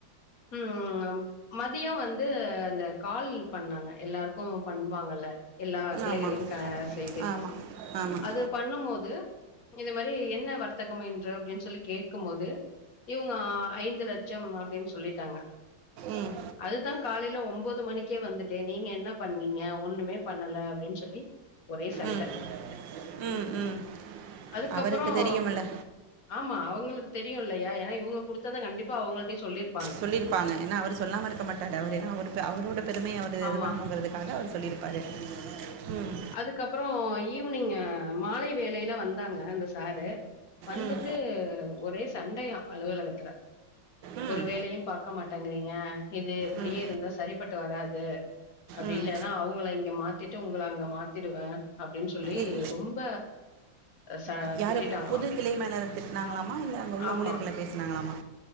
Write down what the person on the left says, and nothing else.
ம் ஆ மதியோம் வந்து அ இந்த கால் பண்ணாங்க எல்லாருக்கு பண்ணுவாங்கல்ல எல்லா கிளைகளையு
க செய்து
அது பண்ணம்போது இத மாரி என்ன வர்த்தகம் என்று அப்டின் சொல்லி கேட்குபோது இவங்க அ ஐந்து லட்சம் அப்டின் சொல்லிட்டாங்க
அது அதா காலேல ஒம்போது மணிக்கே வந்துட்டே நீங்க என்ன பண்ணீங்க ஒண்ணுமே பண்ணல அப்டின் சொல்லி ஒரே சண்ட
அதுக்கப்பறோம்
ஆமா அவங்குளுக்கு தெரியு இல்லையா ஏன்னா இவுங்க குடுத்தத கண்டிப்பா அவங்கள்டியு சொல்லிரு
ஆமா
அதுக்கப்பறொ ஈவினிங் மாலை வேலைல வந்தாங்க அந்த சாரு வந்துட்டு
ஒரே சண்டையா அலுவலகத்துல
ஒரு வேலையு பாக்க மாட்டங்கிறீங்க இது இப்டியே
இருந்தா சரிப்பட்டு வராது அப்டி
இல்லன்னா அவுங்கள இங்க மாத்திட்டு உங்கள அங்க மாத்திடுவே அப்டின் சொல்லி
ரொம்ப ச
திட்டிட்டாங்களா
ஆமா